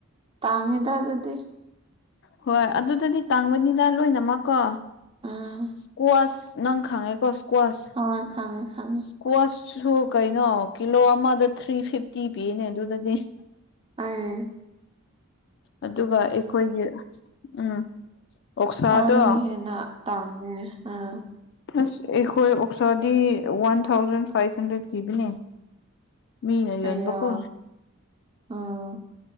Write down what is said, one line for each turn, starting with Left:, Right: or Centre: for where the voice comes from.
Right: ꯇꯥꯡꯉꯦꯗ ꯑꯗꯨꯗꯤ
Left: ꯍꯣꯏ ꯑꯗꯨꯗꯗꯤ ꯇꯥꯡꯕꯅꯤꯅ ꯂꯣꯏꯅꯃꯛꯀꯣ
Right: ꯎꯝ
Left: ꯏꯁꯀ꯭ꯋꯥꯁ ꯅꯪ ꯈꯪꯉꯦꯀꯣ ꯁ꯭ꯀ꯭ꯋꯥꯁ
Right: ꯑꯥ ꯈꯪꯉꯦ ꯈꯪꯉꯦ
Left: ꯏꯁꯀ꯭ꯋꯥꯆꯁꯨ ꯀꯩꯅꯣ ꯀꯤꯂꯣ ꯑꯃꯗ ꯊ꯭ꯔꯤ ꯐꯤꯐꯇꯤ ꯄꯤꯅꯦ ꯑꯗꯨꯗꯗꯤ
Right: ꯑꯩꯁ
Left: ꯑꯗꯨꯒ ꯑꯩꯈꯣꯏꯒꯤ ꯎꯝ ꯑꯣꯛꯁꯥꯗꯣ
Right: ꯁꯥꯗꯒꯤ ꯍꯦꯟꯅ ꯇꯥꯡꯉꯦ ꯑꯥ
Left: ꯑꯁ ꯑꯩꯈꯣꯏ ꯑꯣꯛꯁꯥꯗꯤ ꯋꯥꯟ ꯊꯥꯎꯖꯟ ꯐꯥꯏꯚ ꯍꯟꯗ꯭ꯔꯦꯠ ꯊꯤꯈꯤꯕꯅꯦ
Right: <inaudible>
Left: ꯃꯤꯅ ꯌꯣꯟꯕ
Right: ꯑꯌꯥ
Left: ꯀꯣ
Right: ꯑꯥ